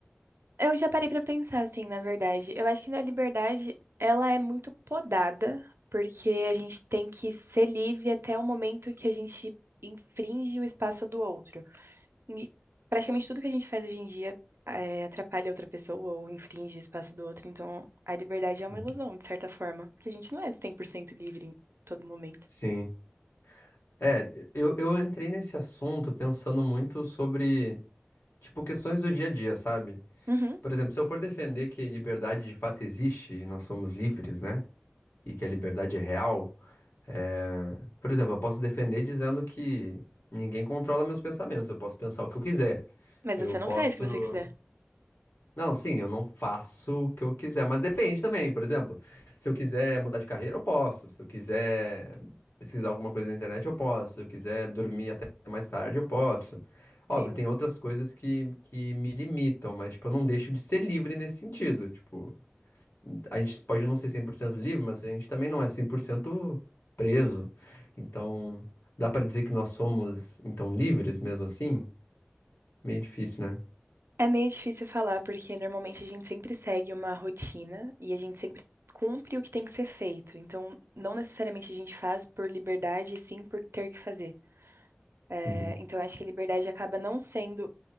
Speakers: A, on the right (about 75°); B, on the left (about 80°).
A: Eu já parei pra pensar assim, na verdade. Eu acho que a liberdade, ela é muito podada, porque a gente tem que ser livre até o momento que a gente infringe o espaço do outro. E praticamente tudo que a gente faz hoje em dia é, atrapalha outra pessoa ou infringe o espaço do outro. Então, a liberdade é uma
B: Uhum.
A: ilusão, de certa forma, porque a gente não é 100% livre em todo momento.
B: Sim. É, eu, eu entrei nesse assunto pensando muito sobre Tipo, questões do dia a dia, sabe?
A: Uhum.
B: Por exemplo, se eu for defender que liberdade de fato existe e nós somos livres, né? E que a liberdade é real, é... por exemplo, eu posso defender dizendo que ninguém controla meus pensamentos, eu posso pensar o que eu quiser.
A: Mas
B: Eu
A: você
B: posso.
A: não faz o que você quiser.
B: Não, sim, eu não faço o que eu quiser, mas depende também, por exemplo, se eu quiser mudar de carreira, eu posso. Se eu quiser pesquisar alguma coisa na internet, eu posso. Se eu quiser dormir até mais tarde, eu posso. Óbvio,
A: Sim.
B: tem outras coisas que, que me limitam, mas, tipo, eu não deixo de ser livre nesse sentido. Tipo, a gente pode não ser 100% livre, mas a gente também não é 100% preso. Então, dá pra dizer que nós somos, então, livres mesmo assim? Meio difícil, né?
A: É meio difícil falar, porque normalmente a gente sempre segue uma rotina e a gente sempre cumpre o que tem que ser feito. Então, não necessariamente a gente faz por liberdade, e sim por ter que fazer. É,
B: Uhum,
A: então, acho que a liberdade acaba não sendo